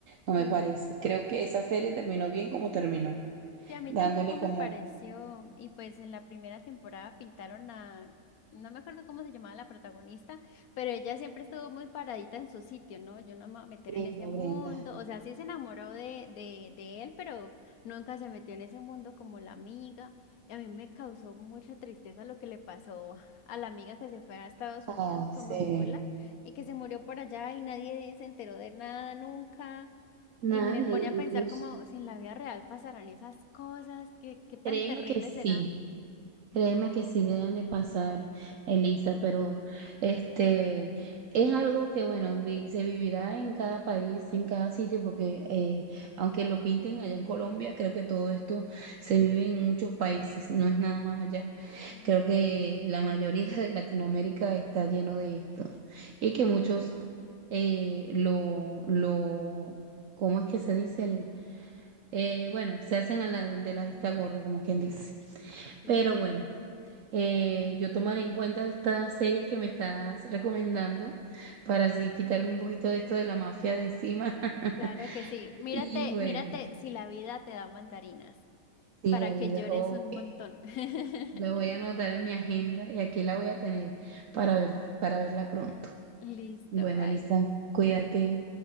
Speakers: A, on the right; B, on the left.
A: no
B: sí.
A: me parece. Creo que esa serie terminó bien como terminó,
B: Sí, a mí
A: dándole
B: tampoco me
A: como...
B: pareció. Y pues en la primera temporada pintaron a, no me acuerdo cómo se llamaba la protagonista, pero ella siempre estuvo muy paradita en su sitio, ¿no? Yo no me voy a meter
A: Brenda,
B: en ese mundo.
A: Brenda.
B: O sea, sí se enamoró de, de, de él, pero nunca se metió en ese mundo como la amiga. Y a mí me causó mucha tristeza lo que le pasó a la amiga que se fue a Estados
A: Ay,
B: Unidos
A: sí.
B: como mula y que se murió por allá y nadie se enteró de nada nunca.
A: Nadie,
B: Y me pone a pensar
A: incluso.
B: como si en la vida real pasarán esas cosas, qué, qué tan
A: Créeme
B: terrible
A: que sí,
B: será.
A: créeme que sí deben de pasar, Elisa, pero este es algo que, bueno, vi- se vivirá en cada país, en cada sitio, porque eh, aunque lo pinten allá en Colombia, creo que todo esto se vive en muchos países, no es nada más allá.
B: Mm,
A: Creo que la mayoría de Latinoamérica está lleno de esto y que muchos eh, lo, lo, ¿cómo es que se dice? Eh, bueno, se hacen a la, de la vista gorda, como quien dice.
B: Sí.
A: Pero bueno, eh, yo tomaré en cuenta estas series que me estás recomendando para así quitarme un poquito de esto de la mafia de encima. <laughs>
B: Claro que sí. Mírate,
A: Y bueno,
B: mírate si la vida te da mandarinas
A: sí,
B: para
A: la vida.
B: que llores
A: Ok,
B: un montón. <laughs>
A: la voy a anotar en mi agenda y aquí la voy a tener para ver, para verla pronto.
B: Listo,
A: Bueno,
B: vale.
A: Elisa, cuídate.